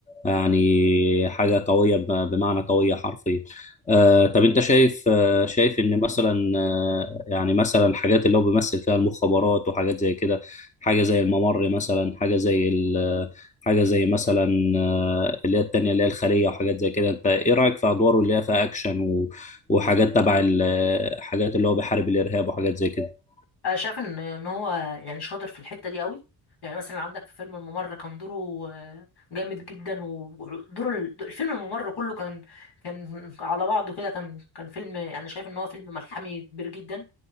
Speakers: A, on the left; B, on the left.
A: يعني حاجة قوية ب- بمعنى قوية حرفيا آه، طب أنت شايف آه، شايف إن مثلا آه، يعني مثلا حاجات اللي هو بيمثل فيها المخابرات وحاجات زي كده حاجة زي الممر مثلا حاجة زي ال حاجة زي مثلا آه، اللي هي التانية اللي هي الخلية وحاجات زي كده أنت إيه رأيك في أدواره اللي هي فيها أكشن و- وحاجات تبع ال- حاجات اللي هو بيحارب الإرهاب وحاجات زي كده
B: انا شايف ان ان هو يعني شاطر في الحته دي قوي يعني مثلا عندك في فيلم الممر كان دوره آه، جامد جدا ودور ال- الفيلم الممر كله كان كان على بعضه كده كان كان فيلم يعني شايف ان هو فيلم ملحمي كبير جدا